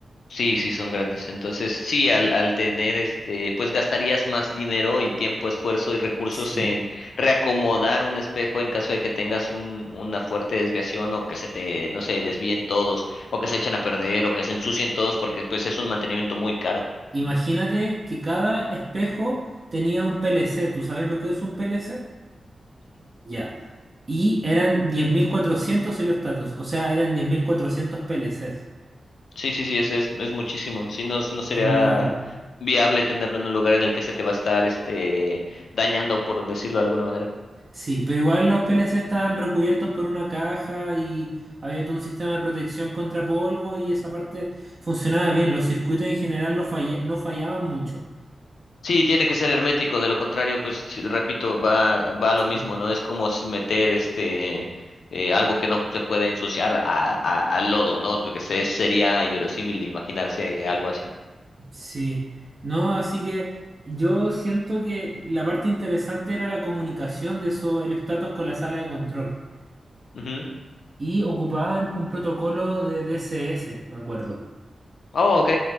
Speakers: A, on the left (about 80°); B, on the right (about 30°).
A: Sí, sí, son grandes. Entonces, sí, al, al tener este, pues gastarías más dinero y tiempo, esfuerzo y recursos
B: Sí.
A: en reacomodar un espejo en caso de que tengas un, una fuerte desviación o que se te, no sé, desvíen todos o que se echen a perder o que se ensucien todos porque pues es un mantenimiento muy caro.
B: Imagínate que cada espejo tenía un PLC. ¿Tú sabes lo que es un PLC? Ya. Y eran 10.400 heliostatos, o sea, eran 10.400 PLCs.
A: Sí, sí, sí, es, es, es muchísimo. Si no, no sería
B: Es muy grande.
A: viable tenerlo en un lugar en el que se te va a estar este dañando, por decirlo de alguna manera.
B: Sí, pero igual los PLC estaban recubiertos por una caja y había todo un sistema de protección contra polvo y esa parte funcionaba bien. Los circuitos en general no falle- no fallaban mucho.
A: Sí, tiene que ser hermético, de lo contrario, pues sí, repito, va, va a
B: Sí.
A: lo mismo, ¿no? Es como s- meter este eh, algo que no se puede ensuciar a, a- al lodo, ¿no? Lo que sé, sería inverosímil imaginarse algo así.
B: Sí, no, así que yo siento que la parte interesante era la comunicación de eso, el status con la sala de control.
A: Ujú.
B: Y ocupaban un protocolo de DSS, me acuerdo.
A: Oh, ok,